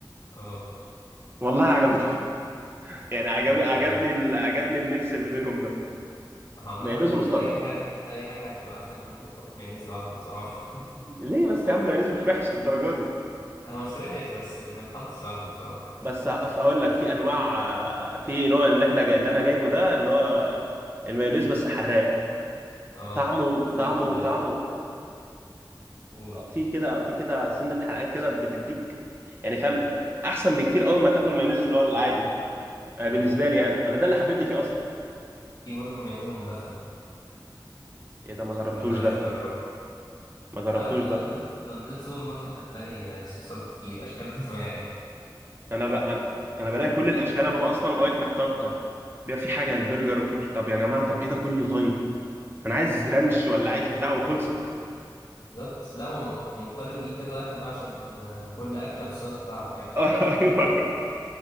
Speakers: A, on the left; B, on the right.
A: اه
B: والله عجبتني <laughs> يعني عجب
A: آه،
B: عجبني ال- عجبني الميكس اللي بينهم ده
A: عامة
B: مايونيز ومستردة
A: اي حاجة اي حاجة هتبقى احسن من ان انت تحط مايونيز لوحده بصراحة
B: ليه بس يا عم مايونيز مش وحش للدرجه دي
A: <laughs> هو مش وحش بس ما يتحطش لوحده بصراحة يعني
B: بس هقول لك في انواع آه، في نوع اللي احنا جاي اللي انا جايبه ده اللي هو المايونيز بس حراق
A: اه
B: طعمه
A: وفي
B: طعمه
A: ال
B: طعمه
A: قول
B: آه، في كده في كده سنة حرقان كده بتديك يعني فاهم احسن بكتير قوي ما تاكل مايونيز اللي هو العادي ده آه، بالنسبة
A: امم
B: لي يعني انا ده اللي حببني فيه اصلا
A: في برضه المايونيز المدخن
B: ايه ده ما جربتوش
A: ده انا عايز
B: ده
A: اجربه
B: ما جربتوش
A: لا انت
B: ده
A: لو نزلت لو نزلت سوبر ماركت هتلاقي صوصات كتير اشكال <laughs> وانواع
B: انا بقى انا انا بلاقي كل الاشكال انا ببقى اصلا واقف محتار طب بيبقى في حاجة البرجر وفرنش طب يا جماعة طب ايه ده كله طيب انا عايز رانش ولا عايز بتاع وخلصت
A: بالظبط لا هو مضطر تجيب كذا واحد بقى عشان آه، كل أكلة بالصوص بتاعها فاهم
B: <laughs> ايوه